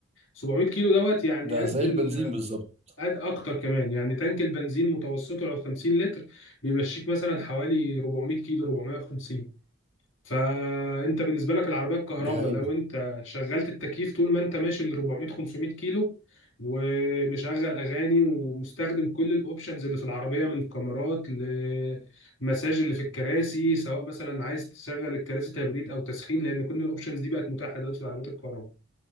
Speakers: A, on the left; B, on the right.
A: 700 كيلو دوت يعني
B: ده
A: قد
B: زي
A: ال...
B: البنزين بالظبط
A: قد اكتر كمان يعني تانك البنزين متوسطه لو 50 لتر بيمشيك مثلا حوالي 400 كيلو 450 فانت بالنسبه لك العربيه الكهرباء
B: دي حقيقه
A: لو انت شغلت التكييف طول ما انت ماشي ل 400 500 كيلو ومشغل اغاني ومستخدم كل الاوبشنز اللي في العربيه من كاميرات لمساج اللي في الكراسي سواء مثلا عايز تشغل الكراسي تبريد او تسخين لان كل الاوبشنز دي بقت متاحه دلوقتي في العربيات الكهرباء.